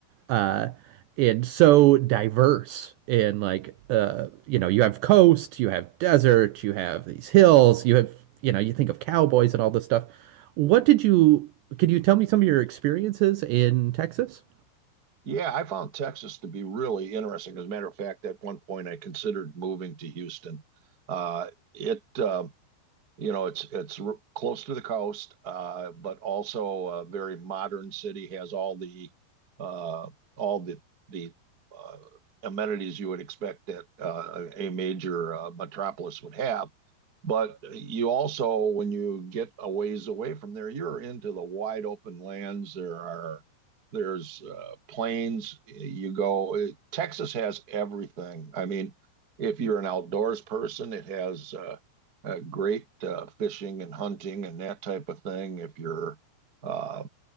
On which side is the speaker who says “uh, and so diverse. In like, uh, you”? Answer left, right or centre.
Right